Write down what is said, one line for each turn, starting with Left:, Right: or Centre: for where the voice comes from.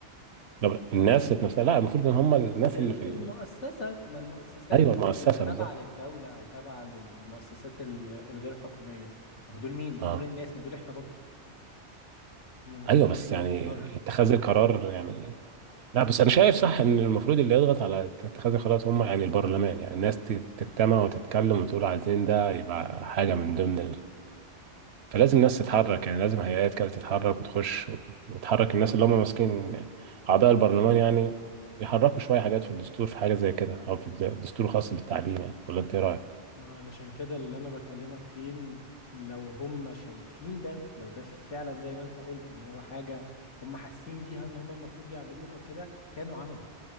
Right: طب الناس ذات نفسها لا المفروض ان هم الناس
Left: ال-
Right: اللي في ال...
Left: المؤسسة ما المؤسسات
Right: ايوه
Left: ال-
Right: المؤسسه
Left: اللي تابعة
Right: بالظبط
Left: للدولة أو تابعة للمؤسسات ال- الغير حكومية ما هو دول مين؟ ما
Right: اه
Left: هو دول الناس ما دول إحنا برضو هم مش
Right: ايوه
Left: ناس
Right: بس
Left: جايين
Right: يعني
Left: من بره
Right: اتخاذ القرار يعني لا بس انا شايف صح ان المفروض اللي يضغط على اتخاذ القرارات هم يعني البرلمان يعني الناس ت- تجتمع وتتكلم وتقول عايزين ده يبقى حاجه من ضمن ال... فلازم الناس تتحرك يعني لازم هيئات كده تتحرك وتخش وت- وتحرك الناس اللي هم ماسكين اعضاء البرلمان يعني يحركوا شويه حاجات في الدستور في حاجه زي كده او في الد- الدستور الخاص بالتعليم يعني ولا انت ايه رايك؟
Left: ما علشان كده اللي أنا بكلمك فيه إن لو هم شايفين ده لو ده فعلا زي ما أنت قلت إن هو حاجة هم حاسين بيها إن هم المفروض يعملوها وكده كانوا عملوا